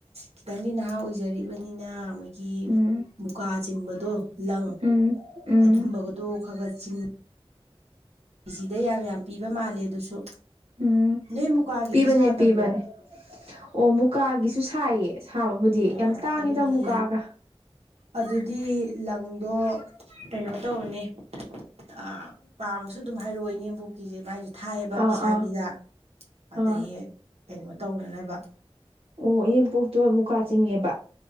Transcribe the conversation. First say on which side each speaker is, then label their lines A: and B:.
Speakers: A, on the right (about 85°); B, on the right (about 70°).
A: ꯈꯤꯇꯪꯗꯤ ꯅꯍꯥ ꯑꯣꯏꯖꯔꯤꯕꯅꯤꯅ ꯑꯩꯒꯤ
B: ꯎꯝ
A: ꯃꯨꯀꯥ ꯆꯤꯡꯕꯗꯣ ꯂꯪ
B: ꯎꯝ ꯎꯝ
A: ꯑꯗꯨꯝꯕꯒꯗꯣ ꯈꯔ ꯆꯤꯡ ꯀꯦꯖꯤꯗ ꯌꯥꯝ ꯌꯥꯝ ꯄꯤꯕ ꯃꯥꯜꯂꯦ ꯑꯗꯨꯁꯨ
B: ꯎꯝ
A: ꯅꯣꯏ ꯃꯨꯀꯥꯒꯤꯗꯤ
B: ꯄꯤꯕꯅꯦ
A: ꯁꯥꯗꯕ꯭ꯔꯣ
B: ꯄꯤꯕꯅꯦ ꯑꯣ ꯃꯨꯀꯥꯒꯤꯁꯨ ꯁꯥꯏ ꯁꯥꯕꯕꯨꯗꯤ
A: ꯑꯣ
B: ꯌꯥꯝ ꯇꯥꯡꯉꯤꯗ
A: ꯑꯗꯨꯗꯤ
B: ꯃꯨꯒꯥꯒ
A: ꯑꯗꯨꯗꯤ ꯂꯪꯗꯣ ꯀꯩꯅꯣ ꯇꯧꯅꯦ ꯑ ꯄꯥꯝꯃꯁꯨ ꯑꯗꯨꯝ ꯍꯥꯏꯔꯛꯑꯣ ꯏꯅꯦꯝꯕꯣꯛꯀꯤꯁꯦ ꯃꯥꯏꯁ ꯊꯥꯏꯌꯦꯕ
B: ꯑꯥ
A: ꯐꯤꯁꯥꯕꯤꯗ
B: ꯑꯥ
A: ꯑꯗꯒꯤ
B: ꯑꯥ
A: ꯀꯩꯅꯣ ꯇꯧꯅꯅꯕ
B: ꯑꯣ ꯏꯅꯦꯝꯄꯣꯛꯇꯣ ꯃꯨꯀꯥ ꯆꯤꯡꯉꯦꯕ